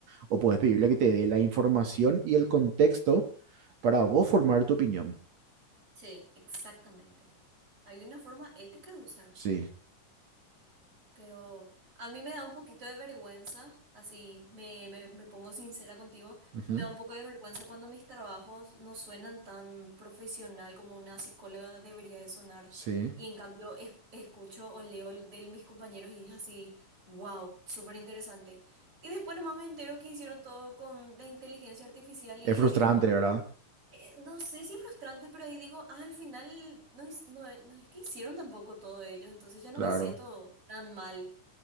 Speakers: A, on the right (about 60°); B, on the right (about 45°).
A: O puedes
B: Ujú.
A: pedirle que te dé la información y el contexto para vos formar tu opinión.
B: Sí, exactamente. Hay una forma ética de usar.
A: Sí.
B: Pero a mí me da un poquito de vergüenza, así me, me, me pongo sincera contigo,
A: Ujú.
B: y me da un poco de vergüenza cuando mis trabajos no suenan tan profesional como una psicóloga debería de sonar.
A: Sí.
B: Y en cambio es- escucho o leo de mis compañeros y es así, wow, súper interesante. Y después nomás me entero que hicieron todo con la inteligencia artificial y
A: Es
B: ahí
A: frustrante,
B: digo,
A: ¿verdad?
B: eh, no sé si frustrante, pero ahí digo, ah, al final no, hic- no, no es que hicieron tampoco todo ellos, entonces ya no
A: Claro,
B: me siento tan mal.